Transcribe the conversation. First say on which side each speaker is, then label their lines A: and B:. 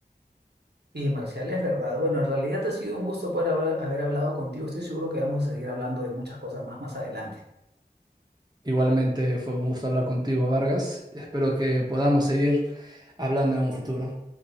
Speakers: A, on the right; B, on the right.
A: Y Marcial, es verdad. Bueno, en realidad ha sido un gusto poder habla- haber hablado contigo. Estoy seguro que vamos a seguir hablando de muchas cosas más más adelante.
B: Igualmente fue un gusto hablar contigo, Vargas. Espero que podamos seguir hablando en un futuro.